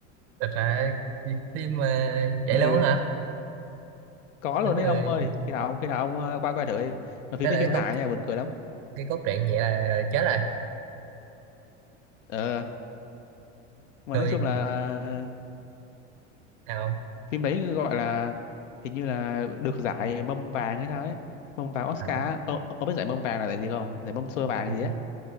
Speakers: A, on the right; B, on the left.
A: thật ra phim mà vậy
B: <laughs>
A: luôn
B: ừ,
A: hả?
B: có luôn
A: Đúng
B: đấy
A: rồi.
B: ông ơi khi nào khi nào ông ờ, qua coi thử đi. mà phim
A: Thế
B: đấy
A: là cái
B: phim
A: cốt
B: hài nha buồn cười lắm
A: cái cốt truyện vậy là chết rồi.
B: ờ mà
A: Tôi
B: nói chung là ờ,
A: nào
B: phim đấy gọi là hình như là được giải mâm vàng hay sao ấy mâm vàng Oscar
A: à,
B: á. ờ, ông biết giải mâm vàng là giải gì không giải mâm xôi vàng
A: tôi,
B: gì ấy